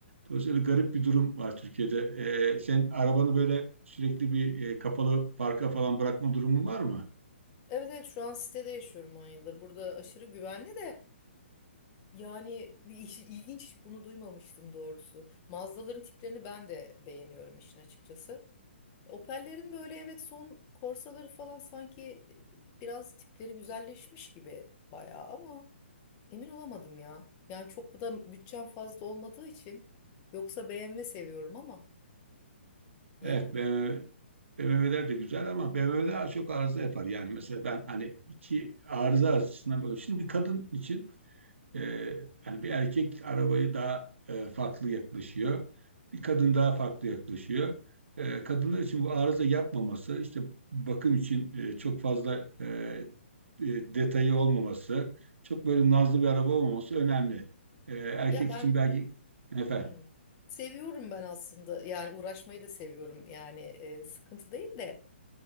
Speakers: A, on the right; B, on the left.
A: Dolayısıyla garip bir durum var Türkiye'de. Ee, sen arabanı böyle sürekli bir e, kapalı parka falan bırakma durumun var mı?
B: Evet evet şu an sitede yaşıyorum 10 yıldır. Burada aşırı güvenli de yani bir iş- ilginç hiç bunu duymamıştım doğrusu. Mazdaların tiplerini ben de beğeniyorum işin açıkçası. Opel'lerin böyle evet son Corsa'ları falan sanki e, biraz tipleri güzelleşmiş gibi bayağı ama emin olamadım ya. Yani çok bu da bütçem fazla olmadığı için yoksa BMW seviyorum ama yani
A: Evet, ben BMW'ler de güzel ama BMW'ler az çok arıza yapar. Yani mesela ben hani iki arıza açısından böyle. Şimdi bir kadın için e, yani bir erkek arabayı daha e, farklı yaklaşıyor. Bir kadın daha farklı yaklaşıyor. E, kadınlar için bu arıza yapmaması, işte bakım için e, çok fazla e, e, detayı olmaması, çok böyle nazlı bir araba olmaması önemli. E, erkek
B: ya ben
A: için belki efendim.
B: Hmm. Seviyorum ben aslında yani uğraşmayı da seviyorum yani e, sıkıntı değil de